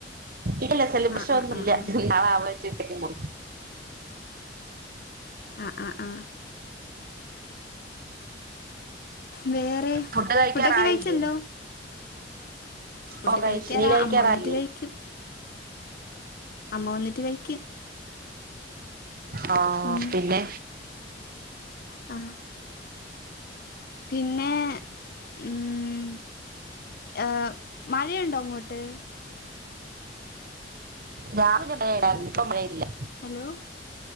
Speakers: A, on the right (about 55°); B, on the left (about 55°).
A: ഇല്ല സെലിബ്രേഷൻ
B: ആഹ് ആഹ്
A: ഒന്നും
B: ആഹ്
A: ഇല്ല
B: ആഹ്
A: കേട്ടില്ല
B: അ.. അ.. ആ വേറെ,
A: ഫുഡ് കഴിക്കാറായില്ലേ
B: ഫുഡൊക്കെ കഴിച്ചല്ലോ ഫുഡ്കഴിക്കാറാ,
A: ഓ കഴിച്ചു നീ കഴിക്കാറായില്ലേ
B: അമ്മ വന്നിട്ട് കഴിക്കും അമ്മ വന്നി ട്ട് കഴിക്കും.
A: ആ..
B: ഉം
A: പിന്നെ
B: ആ പിന്നേ ഉം.. ഏഹ് മഴയുണ്ടോ അങ്ങോട്ട്
A: രാവിലെ മഴയുണ്ടായിരുന്നു. ഇപ്പം മഴയില്ല.
B: ഹലോ